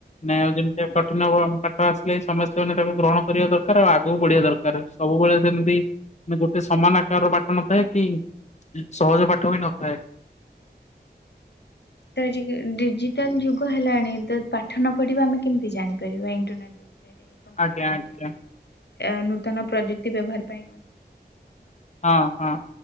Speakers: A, on the left; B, on the left.
A: ନାଇ ଆଉ ଯେମିତି କଠିନ ବ ପାଠ ଆସି ଲେ ସମସ୍ତେ ମାନେ ତାକୁ ଗ୍ରହଣ କରିବା ଦରକାର ଆଉ ଆଗକୁ ବଢିବା ଦରକାର ସବୁବେଳେ ସେମତି ମାନେ ଗୋଟେ ସମାନ ଆକାର ପାଠ ନଥାଏ କି ସହଜ ପାଠ ବି ନଥାଏ
B: ତ ଆଜିକା ଡିଜିଟାଲ ଯୁଗ ହେଲାଣି କିନ୍ତୁ ପାଠ ନ ପଢ଼ିବା ଆମେ କେମିତି ଜାଣିପାରିବା ଇଣ୍ଟରନେଟ ବିଷୟରେ କମ୍ପୁଟର
A: ଆଜ୍ଞା
B: ବିଷୟରେ
A: ଆଜ୍ଞା
B: ନୂତନ ପ୍ରଯୁକ୍ତି ବ୍ୟବହାର ପାଇଁ
A: ହଁ ହଁ